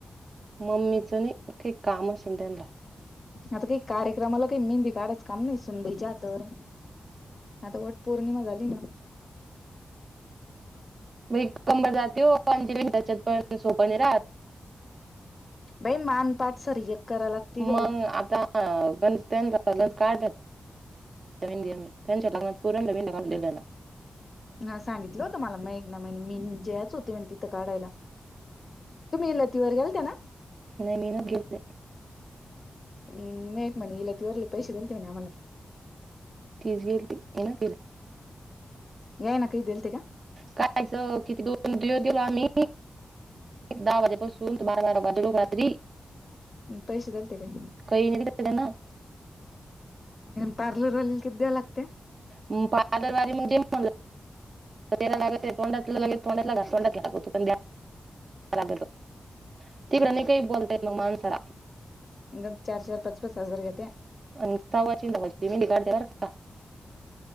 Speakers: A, on the right; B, on the left.
A: मम्मीचं नाही, काई काम असेल त्यांनला.
B: आता काही कार्यक्रमाला काही मेहंदी काढाच काम नाही सुनबाईच्या हातावर. आता वट पौर्णिमा झाली ना.
A: बाई कंबर जाते हो, आणि जी त्याच्यात पण सोप न राहत.
B: बाई मान पाठ सर एक करायला लागती ग
A: मंग आता त्यांच कलर काडल. त्यांच्या लग्नात पुऱ्या नविन न आणलेलं ना.
B: ह सांगितलं होतं मला. मग एक ना म्ह मी जेयच होते म्ह तिथं काढायला. तुम्ही लतिवर गेलत्या ना?
A: ना मी ना गेले.
B: हम् मेकमणी लतिवरले पैसे दिलते म्हणे आम्हाला.
A: तीच गेलती. आना तिला.
B: याना काय दिलते का?
A: कायचं किती दोन दिवस गेलो आम्ही, दहा वाजेपासून. बारा बारा वाजलो रात्री.
B: म पैसे दलते काय?
A: काही नाही दिलं त्यानं
B: अनं पार्लर वालीला किती द्याय लागत्या.
A: अं. पादरवारी <unintelligible> म दे म्ह त्याला लागते. तोंडातला लगे तोंडातला घास तोंडातला लागतो. पण राग गेलत तिकडं न काही बोलता येत मानसाला.
B: गप चार चार पाच पाच हजार घेत्या.
A: अन् तवाची <unintelligible> निघाल ते बरका.